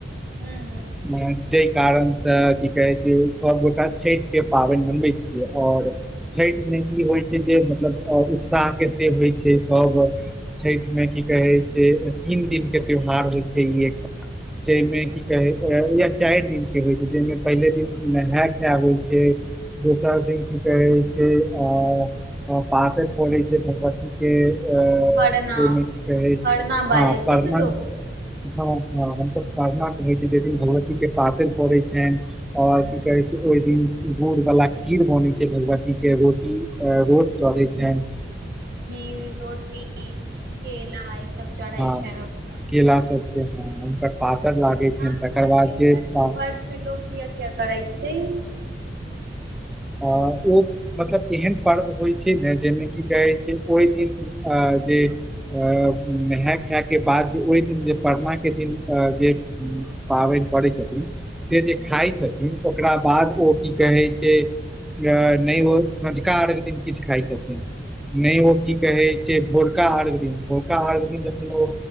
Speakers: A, on the right; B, in the centre.
A: हूँ हूँ
B: नै। जाहि कारणसँ की कहै छै सभगोटा छठिके पाबनि मनबै छियै, आओर छठिमे ई होइ छै जे मतलब उत्साहके से होइ छै सभ छठिमे की कहै छै। तीन दिन के त्यौहार होइ छै ई एकटा, जाहिमे की कहे या चारि दिन के होइ छै जाहिमे पहिले दिन नहाय-खाय होइ छै, दोसर दिन की कहे छै अ पातरि पे छै भगवतीके के। अ
A: खरना
B: जेहिमे की कहै।
A: खरना बाजै
B: हाँ पढ़नाय
A: छै ने लोग
B: हाँ हाँ हम सब खड़ना होय छै जै दिन भगवती के पातैन पड़े छैन। और
A: हूँ
B: की कहै छै ओय दिन गुड़ वला खीर बनै छै, भगवती के रोटी अ रोट चढ़े छैन।
A: खीर, रोटी, केला ई सब चढ़ै
B: हाँ
A: छैन हुनका
B: केला सबके हाँ हुनकर पातर लागे
A: नहा
B: छैन,
A: खा
B: तकर
A: के
B: बाद
A: व्रत
B: जेता
A: व्रत मे लोग किया किया करै छै
B: अ ओ मतलब एहन पर्व होय छै नै जे मे की कहै छै ओय दिन अ जे ए नहाय खाय के बाद जे ओय दिन जे परना के दिन अ जे पाबैन करै छथिन। से जे
A: हूँ
B: खाय छथिन। ओकरा बाद ओ की कहै छै। अ नै वो संझका अर्घ दिन किछ खाय छथिन, नै ओ की कहै छै भोरका अर्घ दिन, भोरका अर्घ दिन जखन ओ